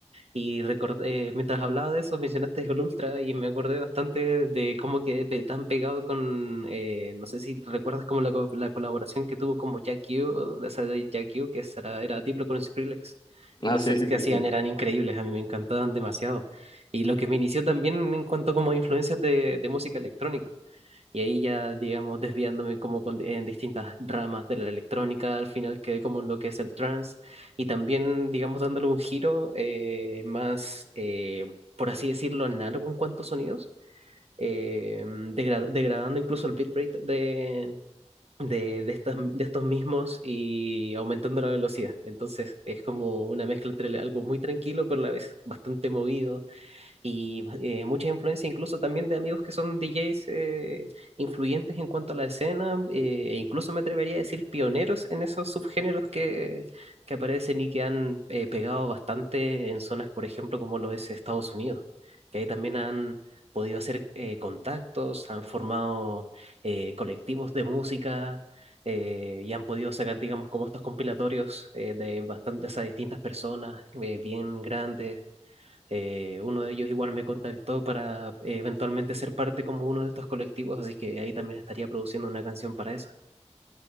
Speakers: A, on the right (about 60°); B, on the left (about 40°).
A: Y recordé, mientras hablaba de eso, mencionaste Jol Ultra y me acordé bastante de cómo quedé pe- tan pegado con, eh, no sé si recuerdas como la, co- la colaboración que tuvo como Jack Q, de esa de Jack Q, que era, era Diplo con Skrillex.
B: Ah,
A: Y los
B: sí,
A: sets
B: sí,
A: que
B: sí,
A: hacían
B: sí.
A: eran increíbles, a mí me encantaban demasiado. Y lo que me inició también en cuanto como influencias de, de música electrónica. Y ahí ya, digamos, desviándome como con- en distintas ramas de la electrónica, al final quedé como en lo que es el trance y también, digamos, dándole un giro eh, más, eh, por así decirlo, análogo en cuanto a sonidos, eh, degra- degradando incluso el bitrate de, de, de, estas- de estos mismos y aumentando la velocidad. Entonces es como una mezcla entre algo muy tranquilo, pero a la vez bastante movido y eh, mucha influencia incluso también de amigos que son DJs eh, influyentes en cuanto a la escena, eh, e incluso me atrevería a decir pioneros en esos subgéneros que, que aparecen y que han eh, pegado bastante en zonas, por ejemplo, como lo es Estados Unidos, que ahí también han podido hacer eh, contactos, han formado eh, colectivos de música. eh, y han podido sacar, digamos, como estos compilatorios eh, de bastantes a distintas personas eh, bien grandes, eh, uno de ellos igual me contactó para eh, eventualmente ser parte como uno de estos colectivos, así que ahí también estaría produciendo una canción para eso.